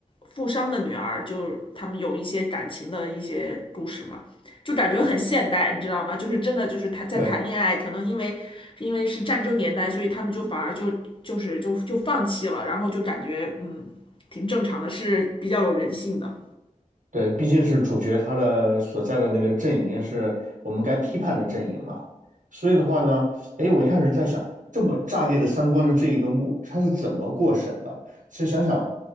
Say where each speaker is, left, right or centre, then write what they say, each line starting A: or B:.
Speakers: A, on the left (about 40°); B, on the right (about 85°).
A: 富商的女儿，就是他们有一些感情的一些故事嘛，就感觉很现代，你知道吗？就是真的就是谈在谈恋爱，
B: 对。
A: 可能因为因为是战争年代，所以他们就反而就就是就就放弃了，然后就感觉嗯挺正常的，是比较有人性的。
B: 对，毕竟是主角他的所在的那个阵营是我们该批判的阵营嘛，所以的话呢，哎，我一开始在想，这么炸裂的三观的这一个幕，他是怎么过审的？其实想想，